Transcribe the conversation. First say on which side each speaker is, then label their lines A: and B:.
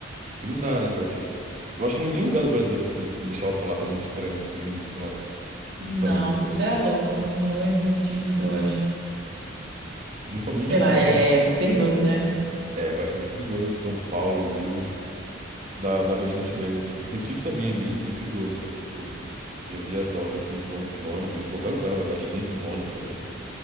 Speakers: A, on the right; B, on the right.
A: Porque não dá, né, pra se. Eu acho que em nenhum lugar do Brasil dá pra se deixar o celular com um estranho assim e, sei lá,
B: Não,
A: fazer alguma coisa,
B: você
A: sabe?
B: é louco, não, não existe isso, eu acho.
A: Principalmente
B: Sei
A: assim,
B: lá,
A: em
B: é
A: São.
B: perigoso, né?
A: É bastante perigoso. São Paulo, Rio. Dá, dá bastante medo, assim. Recife também é bem, bem perigoso, sabe? Tipo, já vi assalto assim em pontos de ônibus, em qualquer lugar, na verdade, dentro do ônibus também.